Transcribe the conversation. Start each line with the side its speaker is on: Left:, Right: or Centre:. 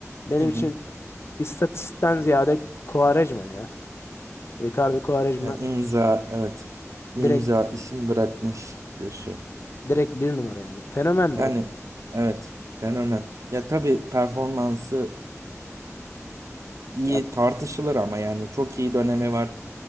Left: Benim
Right: Hı hı.
Left: için istatistikten ziyade Quaresma ya. Ricardo Quaresma
Right: Ya imza evet. İmza
Left: direkt
Right: isim bırakmış bir şey.
Left: direkt bir numara yani. Fenomen
Right: Yani
Left: direkt.
Right: evet fenomen. Ya tabii performansı iyi
Left: Ya,
Right: tartışılır ama yani çok iyi dönemi var.